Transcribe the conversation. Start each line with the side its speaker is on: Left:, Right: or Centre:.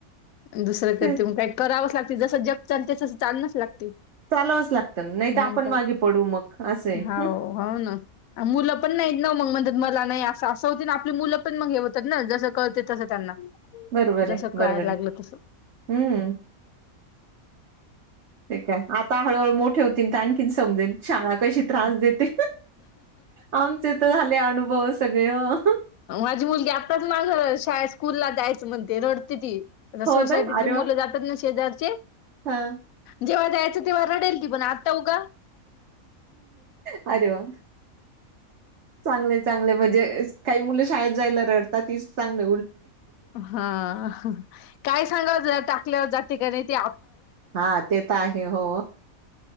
Left: दुसरं
Right: तेच
Left: कर ते काय करावंच लागत. जस जग चालते तसं लच लागते.
Right: चालावंच लागतं, नाही तर आपण
Left: मग काय
Right: मागे पडू मग असं आहे.
Left: हो हो ना मुलं पण नाही न मग म्हणतात मला नाही असं असं होती ना आपली मुलं पण मग हे होतात ना जसं कळते तसं त्यांना
Right: बरोबर
Left: जसं
Right: आहे
Left: कळायला
Right: बरोबर.
Left: लागलं तसं.
Right: हम्म ठीक आहे आता हळ मोठ. ठेवतील आणखी समजेल. शाळा कशी त्रास देते आमचे तर झाले अनुभव सगळे हो.
Left: माझी मुलगी आत्ताच माझ शाळेत स्कूलला दयचं म्हणते रडते ती. आ
Right: हो
Left: सोसायटीतली
Right: ना? अरे
Left: मुलं
Right: वाह!
Left: जातात ना सेजारीचे
Right: हां.
Left: जेव्हा जायचे देव्हा वार रडेल त पण आता उा
Right: अरे वा चांगले चांगले म्हणजे काही मुलं शाळेत जायला रडतात तीच चांग.
Left: हा काय सांग टाकल्यावर जातिका नाही ती.
Right: हा ते तर आहे हो